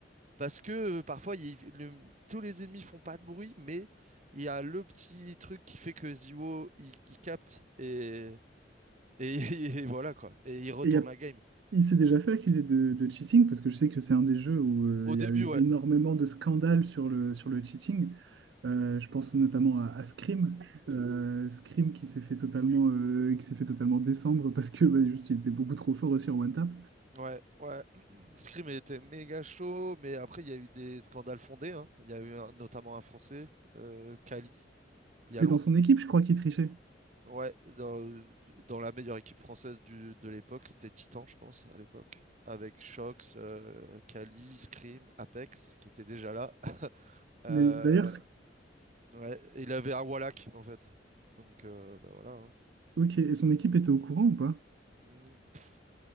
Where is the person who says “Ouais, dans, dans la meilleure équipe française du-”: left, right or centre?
Right